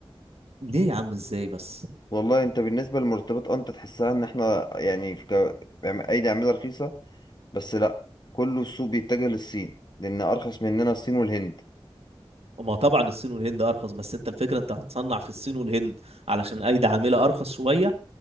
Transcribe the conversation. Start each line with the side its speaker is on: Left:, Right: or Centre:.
Right: ليه يا عم ازاي بس
Left: والله انت بالنسبه للمرتبات اه انت تحسها ان احنا يعني في ك... يعني ايدي عاملها رخيصه بس لا كله السوق بيتجه للصين لان ارخص مننا الصين والهند
Right: ما طبعا الصين والهند ارخص بس انت الفكره انت هتصنع في الصين والهند علشان ايدي عامله ارخص شويه